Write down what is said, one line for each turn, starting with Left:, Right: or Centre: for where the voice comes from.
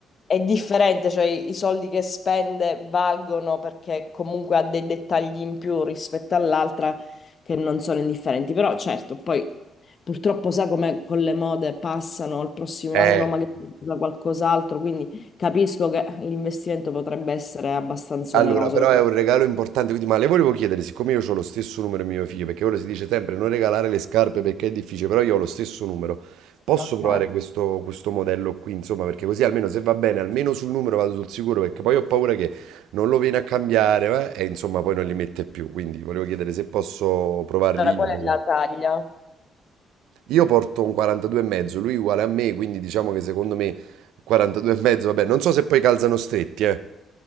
Left: è differente, cioè i i soldi che spende valgono perché comunque ha dei dettagli in più rispetto all'altra che non sono indifferenti, però certo, poi purtroppo sa come con le mode passano, il prossimo
Right: Eh,
Left: anno magari usa qualcos'altro, quindi Capisco che l'investimento potrebbe essere abbastanza
Right: Allora,
Left: oneroso.
Right: però è un regalo importante, quindi ma le volevo chiedere, siccome io ho lo stesso numero di mio figlio, perché ora si dice sempre non regalare le scarpe perché è difficile, però io ho lo stesso numero, posso
Left: Ok.
Right: provare questo, questo modello qui, insomma, perché così almeno se va bene, almeno sul numero vado sul sicuro, perché poi ho paura che non lo viene a cambiare, eh, e insomma poi non li mette più, quindi volevo chiedere se posso provarli
Left: Allora,
Right: io.
Left: qual è
Right: magari.
Left: la taglia?
Right: Io porto un 42 e mezzo, lui è uguale a me, quindi diciamo che secondo me 42 e mezzo, vabbè, non so se poi calzano stretti, eh.